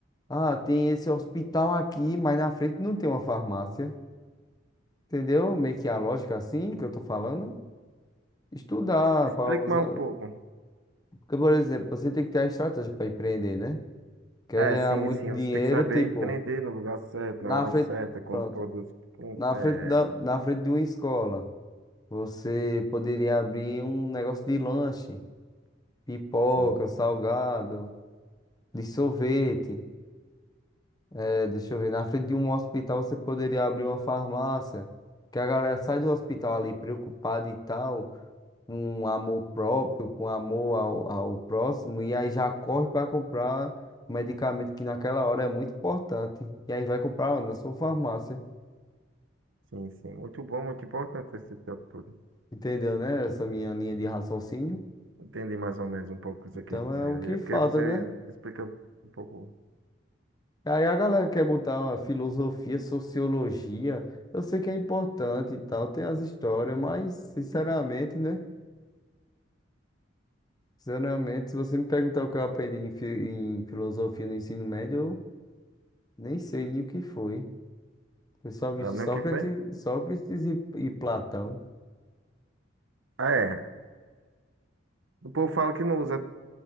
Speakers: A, on the left (about 20°); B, on the right (about 80°).
A: Ah, tem esse hospital aqui, mas na frente não tem uma farmácia. Entendeu? Meio que a lógica assim que eu tô falando. Estudar
B: Explica
A: para usar.
B: mais um pouco.
A: Porque, por exemplo, você tem que ter a estratégia para empreender, né? Quer
B: É,
A: ganhar
B: sim,
A: muito
B: sim,
A: dinheiro,
B: você tem que saber
A: tipo,
B: empreender no lugar certo,
A: na
B: na hora
A: frente,
B: certa, com
A: pronto,
B: os produtos, com,
A: na
B: é,
A: frente da, na frente de uma escola, você poderia abrir um negócio de lanche, pipoca,
B: sim,
A: salgado, de sorvete. É, deixa eu ver, na frente de um hospital, você poderia abrir uma farmácia. Que a galera sai do hospital ali preocupada e tal. com amor próprio, com amor ao, ao próximo, e aí já corre para comprar um medicamento que naquela hora é muito importante. E aí vai comprar onde? na sua farmácia.
B: sim, sim. Muito bom, muito importante esse tipo de tudo.
A: Entendeu, né? Essa minha linha de raciocínio.
B: Entendi mais ou menos um pouco o que
A: Então
B: você quis dizer.
A: é o que
B: É porque
A: falta,
B: você
A: né?
B: explica um pouco.
A: Aí a galera quer botar uma filosofia, sociologia. Eu sei que é importante e tal, tem as histórias, mas sinceramente, né? Sinceramente, se você me perguntar o que eu aprendi em, fi- em filosofia no ensino médio, eu nem sei o que foi. Foi só
B: Sabe
A: Sócrates,
B: nem o que foi?
A: Sócrates e, e Platão.
B: Ah, é. O povo fala que não usa